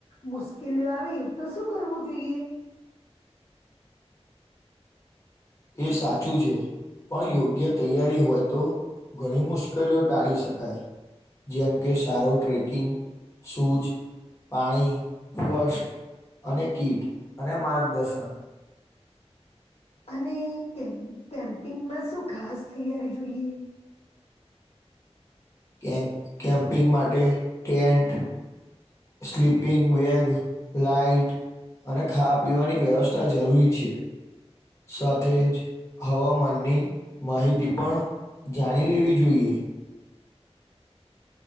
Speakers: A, on the left; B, on the left.
A: મુશ્કેલી આવી તો શું કરવું જોઈએ
B: એ સાચું છે. પણ યોગ્ય તૈયારી હોય તો ઘણી મુશ્કેલીઓ ટાળી શકાય. જેમ કે સારો ટ્રેકિંગ સૂઝ પાણી ફસ્ટ અને કીટ અને માર્ગદર્શન
A: અને કે કેમ્પિંગમાં શું ખાસ તૈયારી જોઈએ.
B: કે કેમ્પિંગ માટે ટેન્ટ સ્લીપિંગ વેગ લાઇટ અને ખાવા પીવાની વ્યવસ્થા જરૂરી છે સાથે જ હવામાનની માહિતી પણ જાણી લેવી જોઈએ.